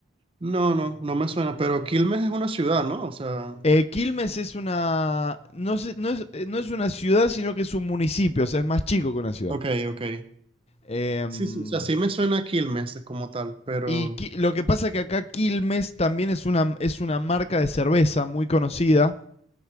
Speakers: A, on the right; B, on the left.
A: No, no, no me suena, pero Quilmes es una ciudad, ¿no? O sea,
B: Eh, Quilmes es una. No, sé- no es, eh, no es una ciudad, sino que es un municipio, o sea, es más chico que una ciudad.
A: ok, ok.
B: Em,
A: Sí, sí, o sea, sí me suena Quilmes como tal, pero...
B: y Qui- lo que pasa es que acá Quilmes también es una, es una marca de cerveza muy conocida.